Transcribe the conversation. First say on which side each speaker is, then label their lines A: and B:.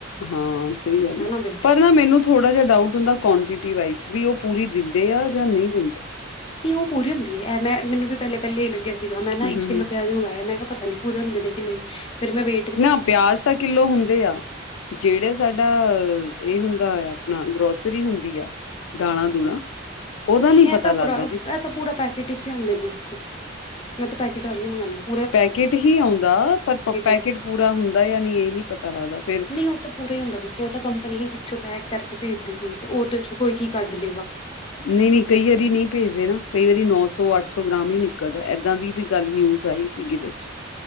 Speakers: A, on the left (about 90°); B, on the left (about 30°).
A: ਹਾਂ ਸਹੀ ਗੱਲ
B: ਹਨਾ
A: ਆ
B: ਬਈ
A: ਪਰ ਨਾ ਮੈਨੂੰ ਥੋੜਾ ਜਿਹਾ ਡਾਊਟ ਹੁੰਦਾ ਕੁਆਂਟਿਟੀ ਵਾਈਜ਼ ਵੀ ਉਹ ਪੂਰੀ ਦਿੰਦੇ ਆ ਜਾਂ ਨਹੀਂ ਦਿੰਦੇ।
B: ਨਹੀਂ ਉਹ ਪੂਰੀ ਹੁੰਦੀ ਹੈ ਇਹ ਮੈਨ ਵੀ ਪਹਿਲੇ ਪਹਿਲੇਾਂ ਹੀ ਲੱਗਿਆ ਸੀਗਾ ਮੈਂ ਨਾ
A: ਹੂੰ-ਹੂੰ-ਹੂੰ
B: ਇੱਕ ਕਿੱਲੋ ਪਿਆਜ ਮੰਗਇਆ ਮੈਂ ਕਿਹਾ ਪਤਾ ਨੀ। ਪੂਰੇ ਹੁੰਦੇ ਨੇ ਕਿ ਨਹੀਂ ਫੇਿਰ ਮੈਂ ਵੇ
A: ਨਾ ਪਿਆਜ ਤਾਂ ਕਿੱਲੋ ਹੁੰਦੇ ਆ। ਜਿਹੜਾ ਸਾਡਾ ਇਹ ਹੁੰਦਾ ਆ ਆਪਣਾ ਗਰੋਸਰੀ ਹੁੰਦੀ ਆ ਦਾਲਾਂ ਦੂਲਾ ਉਹਦਾ
B: ਨਹੀਂ
A: ਨੀ
B: ਇਹ
A: ਪਤਾ
B: ਤਾਂ
A: ਲੱਗਦਾ
B: ਪੂਰਾ
A: ਜੀ।
B: ਇਹ ਤਾਂ ਪੂਰਾ ਪੈਕੇਟ ਵਿਚ ਹੀ ਆਉਦੇ ਨੇ ਦੇਖੋ ਮੈਂ ਤਾਂ ਪੈਕੇਟ ਵਾਲੀਆਂ ਮ ਮੰਗਉਂਦਾ ਹੈ।
A: ਪੈਕੇਟ ਹੀ ਆਉਂਦਾ, ਪਰ ਪੈਕੇਟ
B: ਹੈ।
A: ਪੂਰਾ ਹੁੰਦਾ ਯਾ ਨਹੀਂ, ਇਹ ਨੀ ਪਤਾ ਲੱਗਦਾ ਫੇਰ
B: ਨਹੀਂ ਉਹ ਤਾਂ ਪੂਰਾ ਹੀ ਹੁੰਦਾ ਜੀ, ਉਹ ਤਾਂ ਕੰਪਨੀ ਹੀ ਪਿੱਛੋਂ ਪੈਕ ਕਰਕੇ ਭੇਜਦੇ-ਭੇਜਦੇ ਉਹਦੇ'ਚੋਂ ਕੋਈ, ਕੀ ਕੱਢ ਲੇਗਾ।
A: ਨਹੀਂ-ਨਹੀਂ, ਕਈ ਵਾਰੀ ਨਹੀਂ ਭੇਜਦੇ ਨਾ, ਕਈ ਵਾਰੀ ਨੌ-ਸੌ ਅੱਠ-ਸੌ ਗ੍ਰਾਮ ਹੀ ਨਿਕਲਦਾ, ਏਦਾਂ ਦੀ ਵੀ ਗੱਲ ਨਿਊਜ਼ ਜ ਆਈ ਸੀਗੀ ਵਿੱਚ,